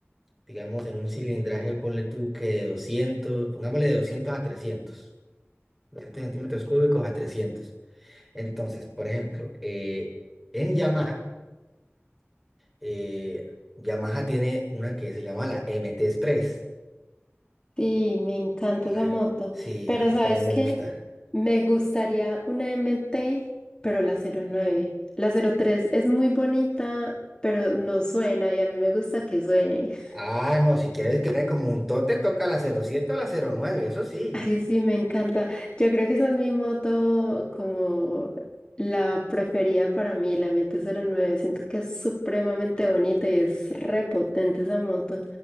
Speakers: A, in the centre; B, on the left (about 20°).
A: digamos, en un cilindraje, ponle tú que de 200, pongámosle de 200 a trescientos 200 centímetros cúbicos a 300. Entonces, por ejemplo, eh, en Yamaha, eh, Yamaha tiene una que se llama la mt tres
B: Sí, me encanta
A: La-
B: esa moto.
A: sí,
B: Pero
A: a mí
B: ¿sabes
A: también
B: qué?
A: me gusta.
B: Me gustaría una M T pero la cero nueve La cero tres es muy bonita, pero no suena y a mí me gusta que suene.
A: Ah, no, si quieres que me como un tote, toca la cero siete o la cero nueve eso sí.
B: Ay, sí, me encanta. Yo creo que esa es mi moto como la preferida para mí, la M T cero nueve. Siento que es supremamente bonita y es repotente esa moto.